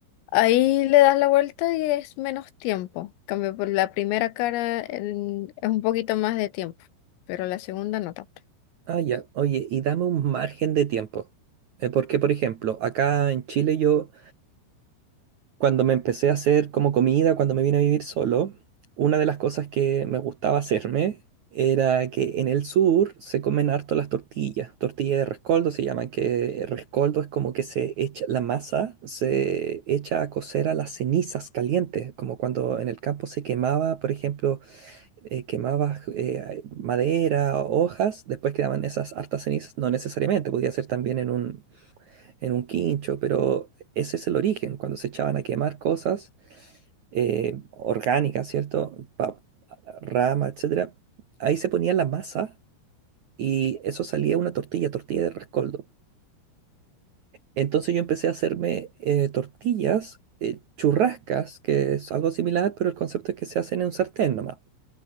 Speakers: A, on the left; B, on the right.
A: ahí le das la vuelta y es menos tiempo. En Cambio por la primera cara en- es un poquito más de tiempo, pero la segunda no tanto.
B: Ah, ya. Oye, y dame un margen de tiempo. Eh, porque, por ejemplo, acá en Chile yo Cuando me empecé a hacer como comida, cuando me vine a vivir solo, una de las cosas que me gustaba hacerme era que en el sur se comen harto las tortillas. Tortilla de rescoldo se llaman, que rescoldo es como que se echa, la masa se echa a cocer a las cenizas calientes, como cuando en el campo se quemaba, por ejemplo, eh, quemaba eh, madera hojas, después quedaban esas hartas cenizas, no necesariamente, podía ser también en un, en un quincho, pero ese es el origen, cuando se echaban a quemar cosas eh, orgánicas, ¿cierto? Pa- rama, etcétera. Ahí se ponía la masa y eso salía una tortilla, tortilla de rescoldo. Entonces yo empecé a hacerme eh, tortillas, eh, churrascas, que es algo similar, pero el concepto es que se hacen en un sartén nomás.